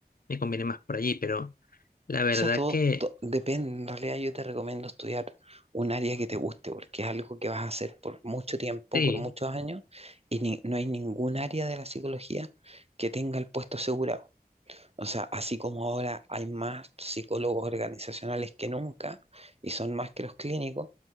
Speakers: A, on the left; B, on the right.
A: me conviene más por allí, pero la verdad
B: O sea, todo,
A: que
B: to- depende. En realidad yo te recomiendo estudiar un área que te guste, porque es algo que vas a hacer por mucho tiempo,
A: sí.
B: por muchos años, y ni- no hay ningún área de la psicología que tenga el puesto asegurado. O sea, así como ahora hay más psicólogos organizacionales que nunca, y son más que los clínicos,